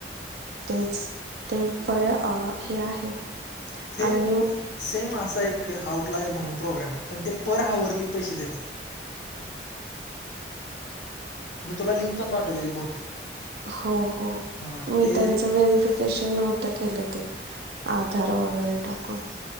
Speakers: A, on the right (about 65°); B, on the left (about 90°).
A: तेच ते बर हे आहे
B: सेम
A: आणि
B: सेम असा एक आउटलायर म्हणून प्रोग्राम आहे पण ते पर हवर पर हावरली पैसे देतात मी तुला लिंक पण पडलेले बहुतेक
A: हो हो
B: हां
A: मी
B: ते
A: त्यांचं व्हेरिफिकेशन नव्हतं केलं ते आधार वगैरे टाकून